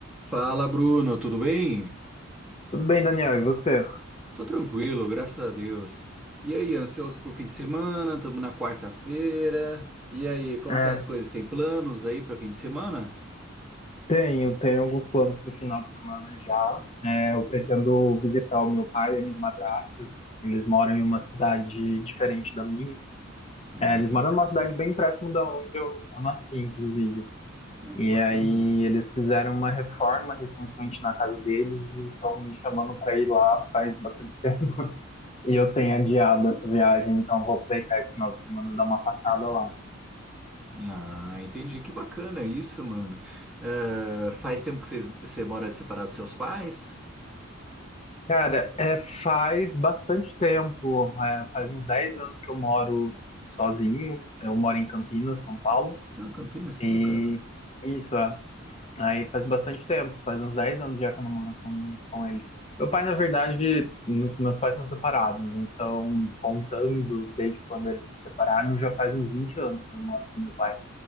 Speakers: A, in the centre; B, on the left.
A: Fala, Bruno, tudo bem?
B: Tudo bem, Daniel, e você?
A: Tô tranquilo, graças a Deus. E aí, ansioso pro fim de semana? Tamo na quarta-feira. E aí, como
B: É,
A: tá as coisas? Tem planos aí pra fim de semana?
B: Tenho, tenho alguns planos para o final de semana já. É, eu pretendo visitar o meu pai e a minha madrasta. Eles moram em uma cidade diferente da minha.
A: Ah,
B: É, eles
A: que
B: moram
A: bacana.
B: numa cidade bem próximo da onde eu, eu nasci, inclusive.
A: Ah,
B: E
A: que bacana.
B: aí eles fizeram uma reforma recentemente na casa deles e estão me chamando para ir lá faz bastante <laughs> tempo. E eu tenho adiado essa viagem, então vou aproveitar esse final de semana e dar uma passada lá.
A: Ah, entendi. Que bacana isso, mano. Eh, faz tempo que vocês- você mora separado dos seus pais?
B: Cara, é, faz bastante tempo, é, faz uns 10 anos que eu moro sozinho, eu moro em Campinas, São Paulo,
A: Ah, Campinas,
B: e
A: que bacana.
B: isso, é, aí faz bastante tempo, faz uns 10 anos já que eu não moro com, com eles. Meu pai, na verdade, nos- meus pais são separados, então, contando desde quando eles se separaram, já faz uns 20 anos que eu não moro com meu pai.